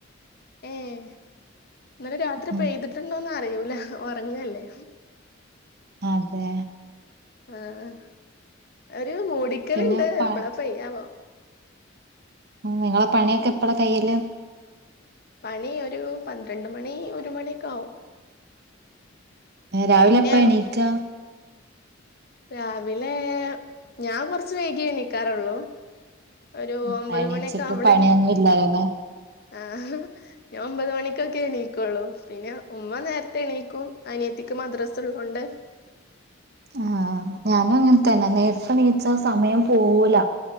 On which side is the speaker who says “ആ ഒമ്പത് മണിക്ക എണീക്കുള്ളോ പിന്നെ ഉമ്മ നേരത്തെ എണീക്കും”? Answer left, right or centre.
Left